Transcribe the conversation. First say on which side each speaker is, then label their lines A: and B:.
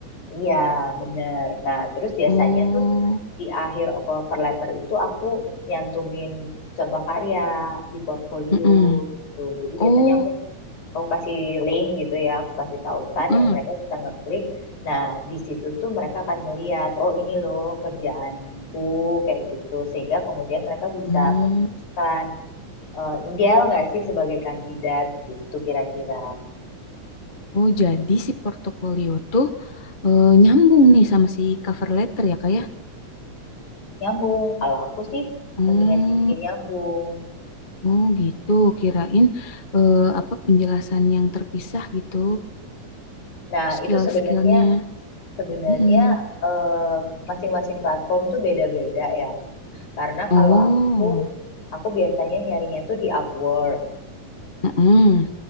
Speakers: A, on the left; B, on the left.
A: Iya, bener. Nah, terus biasanya
B: Oh,
A: tuh di akhir cover letter itu aku nyantumin contoh karya di portfolio
B: mm-mm.
A: gitu. Jadi
B: Oh,
A: biasanya aku aku kasih link gitu ya, aku kasih tautan
B: mm-mm.
A: yang mereka bisa ngeklik. Nah, di situ tuh mereka akan ngeliat, oh ini loh kerjaanku kayak gitu. Sehingga kemudian mereka bisa
B: Hmm.
A: memutuskan, eh, ideal nggak sih sebagai kandidat gitu kira-kira.
B: Oh, jadi si portofolio tuh eh, nyambung nih sama si cover letter ya, Kak ya?
A: Nyambung, kalau aku sih
B: Hmm.
A: mendingan dibikin nyambung.
B: Oh, gitu. Kirain eh, apa penjelasan yang terpisah gitu,
A: Nah,
B: skill-skillnya.
A: itu sebenarnya sebenarnya
B: Mm-mm.
A: eh, masing-masing platform tuh beda-beda ya. Karena
B: Oh,
A: kalau aku aku biasanya nyarinya tuh di Upwork.
B: mm-mm.